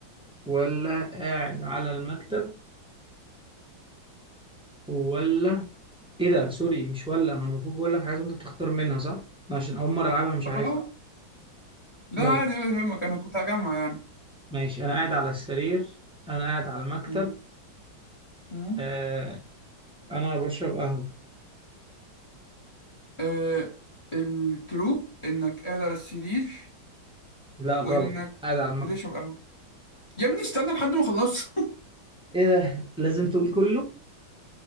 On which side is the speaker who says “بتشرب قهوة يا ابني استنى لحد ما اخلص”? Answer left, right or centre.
Left